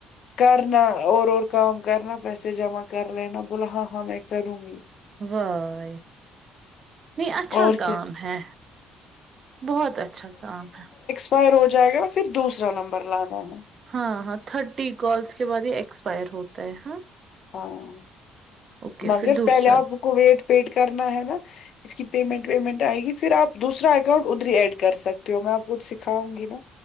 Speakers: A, on the left; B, on the right.
A: کرنا اور اور کام کرنا پیسے جمع کر لینا بولا ہاں ہاں میں کروں گی
B: وائے نہیں اچھا
A: اور
B: کام
A: کیا
B: ہے بہت اچھا کام ہے
A: فائر ہو جائے گا نا پھر دوسرا نمبر لنا ہے نا
B: ہاں ہاں تھرٹی کالس کے بعد یہ ایکسپائر ہوتا ہے ہاں
A: ہاں
B: اوکے
A: مگر
B: پھر دوسرا
A: پہلے آپ کو ویٹ پیٹ کرنا ہے نا اس کی پیمنٹ ویمنٹ آئے گی پھر آپ دوسرا اکاؤنٹ ادھرری ایڈ کر سکتے ہو میں آپ کوچھ سکھاؤں گی نا